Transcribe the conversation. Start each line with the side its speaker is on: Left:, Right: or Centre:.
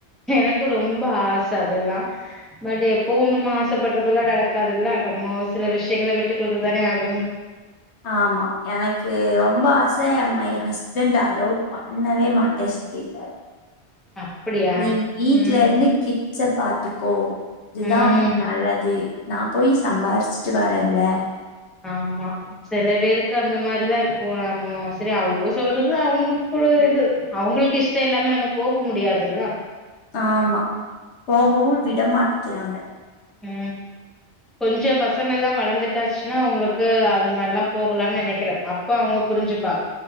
Centre: எனக்கு ரொம்ப ஆச அதெல்லா பட் எப்பவு நம்ம ஆசப்படுறதெல்லா நடக்காதுல்ல நம் ம ஒரு சில விஷயங்கள விட்டு குடுத்து தானே ஆகணு
Left: ஆமா எனக்கு ரொம்ப ஆச யம்மை ஹஸ்பண்ட் அலோ பண்ணவே மாட்டே சொல்லிட்டாரு
Centre: அப்படியா
Left: நீ வீட்ல
Centre: ம்
Left: இருந்து கிட்ஸ பாத்துக்கோ இதுதா
Centre: ம்
Left: உனக்கு நல்லது நா போய் சம்பாரிச்சுட்டு வரேல்ல
Centre: ஆமா சில பேருக்கு அந்த மாரிதா இருக் கு நம்ம செரி அவுங்க சொல்றது அவுங்களுக்குள்ள ஒரு இது அவுங்களுக்கு இஷ்ட இல்லாம நம்ம போக முடியாது அதெல்லா
Left: ஆமா போகவு விட மாட்டிக்கிறாங்க
Centre: ம் கொஞ்சோ பசங்கல்லா வளர்ந்துட்டாச்சுன்னா உங்களுக்கு அந்த மாரிலா போகலானு நினைக்கிறே அப்ப அவுங்க புரிஞ்சுப்பாங்க